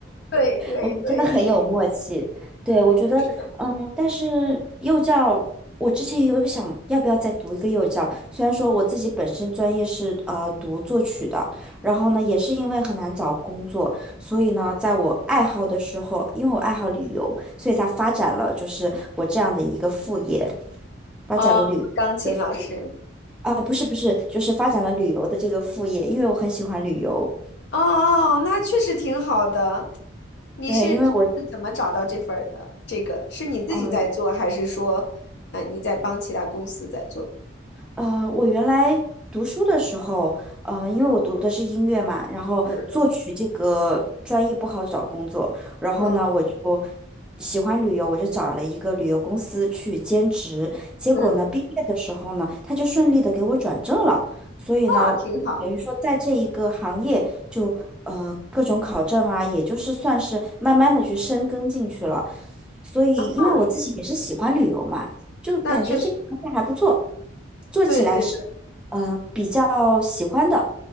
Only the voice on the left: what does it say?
对对对，
是，
嗯，
是的，
哦，钢琴老师。
哦哦，哦那确实挺好的。你是是怎么找到这份儿的？
这个是你自己在做，
还是说，嗯、你在帮其他公司在做？
嗯
嗯
嗯，
哦，
挺好。
嗯哼，
那确实，
对对对。